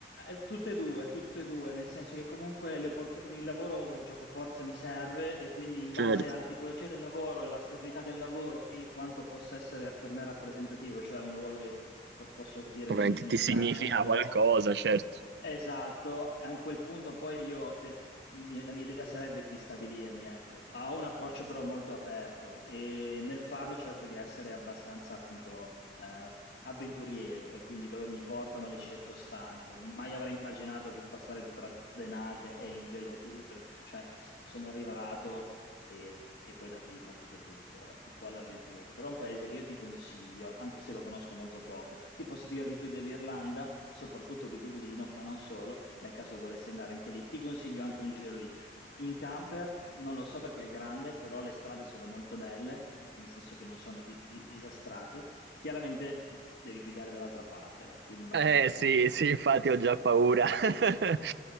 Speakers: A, on the left; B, on the right.
A: eh, tutte e due, tutte e due, nel senso che comunque le opport- il lavoro o il gioco forza mi serve e quindi in
B: Certo,
A: base alla tipologia del lavoro e alla stabilità del lavoro e quanto possa essere per me rappresentativo, cioè un lavoro che po- posso dire
B: ovviamente
A: che mi, mi
B: ti significa
A: piaccia un po',
B: qualcosa, certo.
A: Esatto, a quel punto poi io, te- il mio- la mia idea sarebbe di stabilirmi, ecco, ho un approccio però molto aperto e nel farlo cerco di essere abbastanza appunto eh, avventuriero e quindi dove mi portano le circostanze. Mai avrei immaginato di passare tra Den Haag, Engel o Utrecht, cioè sono arrivato e, e poi da qui è partito tutto, ecco, un po' all'avventura. Però è un paese che io ti consiglio, anche se lo conosco molto poco. Ti posso dire di più dell'Irlanda, soprattutto di Dublino, ma non solo, nel caso volessi andare anche lì. Ti consiglio anche un giro lì. In camper, non lo so perché è grande, però le strade sono molto belle, nel senso che non sono di- di- disastrate. Chiaramente devi guidare dall'altra parte là, quindi magari
B: Eh
A: un
B: sì,
A: po' più...
B: sì, infatti ho già paura. <laughs>